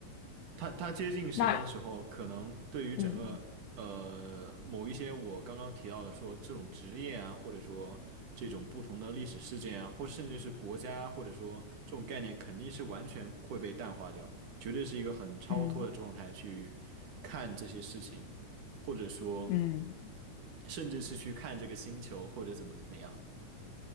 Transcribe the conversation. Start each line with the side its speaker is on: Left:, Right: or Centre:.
Right: 他他接近神的时候，
Left: 那
Right: 可能对于整个呃某一些我刚刚提到的说这种职业啊，
Left: 嗯
Right: 或者说这种不同的历史事件啊，或甚至是国家，或者说这种概念，肯定是完全会被淡化掉，绝对是一个很超脱的状态去看这些事情，
Left: 嗯
Right: 或者说
Left: 嗯
Right: 甚至是去看这个星球或者怎么怎么样。